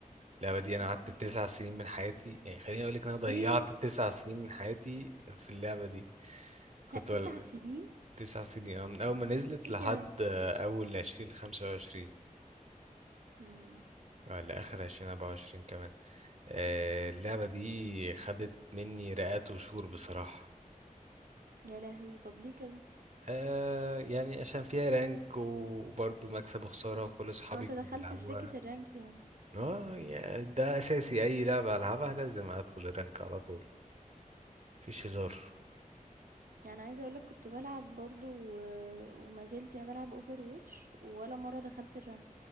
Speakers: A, on the right; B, on the right.
A: اللعبه دي انا
B: أوكي،
A: قعدت تسع سنين من حياتي يعني خليني اقول لك انا ضيعت
B: إيه!
A: تسع سنين من حياتي في اللعبه دي كنت
B: لأ 9
A: بل...
B: سنين!
A: تسع سنين اه من أول ما نزلت
B: ليه
A: لحد
B: كده؟
A: آه، أول عشرين خمسة وعشرين
B: إمم،
A: ولا آخر عشرين أربعة وعشرين كمان آه، اللعبة دي خدت مني رئات وشهور بصراحة
B: يا لهوي! طب ليه كده؟
A: آه، يعني عشان فيها رانك وبرضه مكسب وخسارة وكل أصحابي
B: آه أنت
A: كانوا
B: دخلت
A: بيلعبوها
B: في سكة الرانك يعني،
A: اه يعني ده أساسي أي لعبة ألعبها لازم أدخل الرانك على طول مفيش هزار
B: يعني عايزة أقول لك كنت بالعب برضه و وما زلت يعني بالعب overwatch ولا مرة دخلت الرانك.